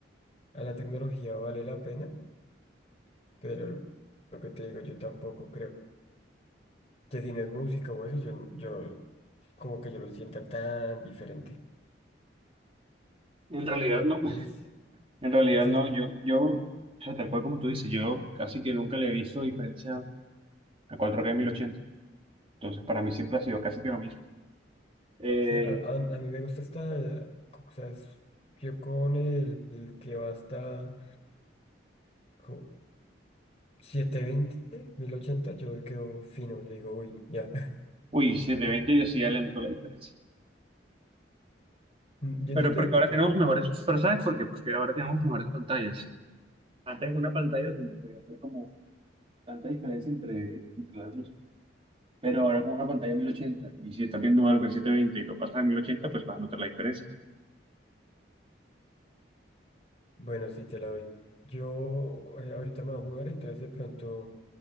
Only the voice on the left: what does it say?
a la tecnología vale la pena, pero lo que te digo, yo tampoco creo que si no es música o eso, yo, yo como que yo lo sienta tan diferente.
Sí, sí,
sí,
no.
Sí, a, a- a mí me gusta esta, eh, co- o sea, es- yo con el, el que va hasta... jo, setecientos veinte, mil ochenta yo quedo fino, yo digo, uy, ya. <laughs>
Mm, Yo
en setecientos
veinte
puedo
ver.
Bueno, sí, te la doy. Yo eh, ahorita me voy a mudar, entonces de pronto